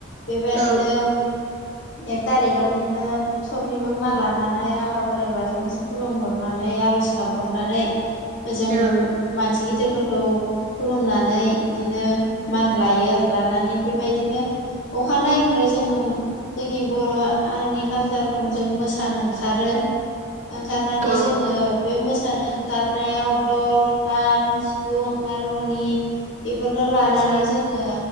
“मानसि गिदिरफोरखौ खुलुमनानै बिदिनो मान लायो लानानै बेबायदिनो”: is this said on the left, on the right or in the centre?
Left